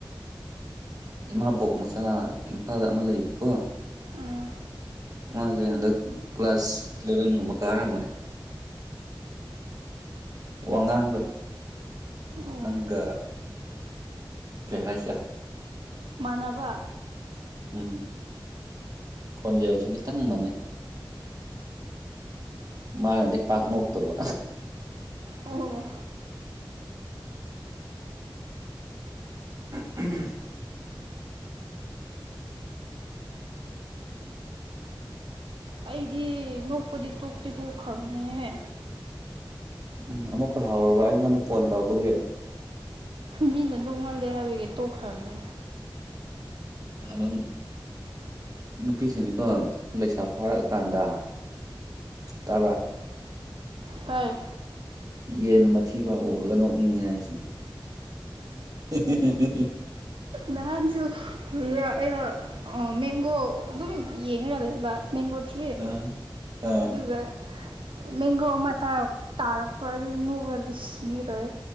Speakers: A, on the right; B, on the right.
A: ꯏꯃꯥꯕꯣꯛ ꯃꯆꯥ ꯏꯝꯐꯥꯜ ꯑꯃ ꯂꯩꯌꯦꯕꯀꯣ
B: ꯎꯝ
A: ꯃꯥꯁꯦ ꯍꯟꯗꯛ ꯀ꯭ꯂꯥꯁ ꯑꯦꯂꯚꯦꯟꯒꯨꯝꯕ ꯀꯥꯔꯝꯃꯅꯤ ꯋꯥꯉꯥꯡꯗꯣ
B: ꯑꯣ
A: ꯅꯪꯒ ꯀꯦ ꯍꯥꯏꯥꯏꯁ
B: ꯃꯅꯕ
A: ꯎꯝ ꯈꯟꯖꯦꯜ ꯆꯣꯂꯤꯁ ꯇꯪ ꯃꯅꯦ ꯃꯥꯅꯗꯤ ꯄꯥꯛ ꯉꯣꯛꯇꯕ
B: ꯑꯣ
A: <unintelligible>
B: ꯑꯩꯗꯤ ꯅꯣꯛꯄꯗꯤ ꯇꯣꯛꯇꯤ ꯇꯣꯛꯈ꯭ꯔꯪꯅꯦꯍ
A: ꯎꯝ ꯑꯃꯨꯛꯀ ꯍꯧꯔꯕ ꯑꯩꯉꯣꯟꯗ ꯐꯣꯟ ꯇꯧꯕꯒꯤ
B: ꯃꯤꯗꯗꯣꯛꯃꯜꯗꯦ ꯍꯥꯏꯕꯒꯦ ꯇꯣꯛꯈ꯭ꯔꯅꯤ
A: ꯑꯗꯨꯗꯝ ꯅꯨꯄꯤꯁꯤꯅꯤꯀꯣ ꯂꯩꯁꯥ ꯐꯥꯔꯛꯑꯀꯥꯟꯗ ꯇꯥꯕ
B: ꯇ
A: ꯌꯦꯟ ꯃꯊꯤ ꯐꯥ ꯎꯔꯒ ꯅꯣꯛꯅꯤꯡꯉꯤ ꯍꯥꯏꯁꯦ <unintelligible>
B: ꯅꯍꯥꯟꯁꯨ ꯑꯩꯅꯣ ꯃꯦꯡꯒꯣ ꯑꯗꯨꯝ ꯌꯦꯡꯉꯒ ꯂꯩꯕ ꯃꯦꯡꯒꯣ ꯇ꯭ꯔꯤ
A: ꯑ ꯑ
B: ꯑꯗꯨꯒ ꯃꯦꯡꯒꯣ ꯑꯃ ꯇꯥꯔꯛꯄ ꯑꯗꯨ ꯅꯣꯛꯉꯔꯗꯤ ꯁꯤꯔꯔꯦ